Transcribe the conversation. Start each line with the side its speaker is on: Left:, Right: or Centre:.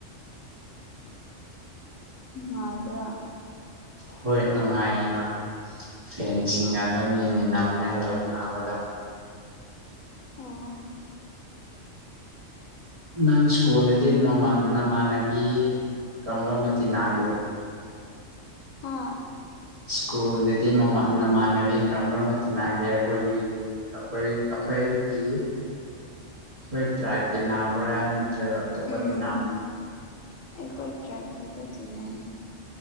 Left: ꯅꯨꯡꯉꯥꯏꯕ꯭ꯔꯥ
Right: ꯍꯣꯏ ꯅꯨꯡꯉꯥꯏꯌꯦꯅ ꯐꯦꯟꯁꯤꯡꯒ ꯑꯗꯨꯝ ꯌꯦꯡꯃꯤꯟꯅꯕꯅꯤꯅ ꯂꯧꯅꯕꯗꯣ
Left: ꯑꯣ
Right: ꯅꯪ ꯁ꯭ꯀꯨꯜꯗꯗꯤ ꯅꯃꯥꯟꯅꯕꯤ ꯀꯒꯃꯗꯤ ꯅꯜꯂꯦ
Left: ꯍꯥꯥ
Right: ꯁ꯭ꯀꯨꯜꯗꯗꯤ ꯃꯃꯥꯟꯅꯕꯤ ꯀꯔꯝ ꯀꯔꯝꯕ ꯇꯤꯟꯅꯒꯦ ꯑꯩꯈꯣꯏꯒꯤ ꯑꯩꯈꯣꯏ ꯀꯩꯒꯤ ꯍꯣꯏ ꯇ꯭ꯔꯥꯏꯞ ꯇꯤꯟꯅꯕ꯭ꯔꯥ ꯅꯠꯇ꯭ꯔꯒ ꯑꯇꯣꯞꯄ
Left: ꯎꯝ
Right: ꯇꯅꯥꯝ
Left: ꯑꯩꯈꯣꯏ ꯇꯔꯞ ꯈꯛꯇ ꯇꯤꯅꯩ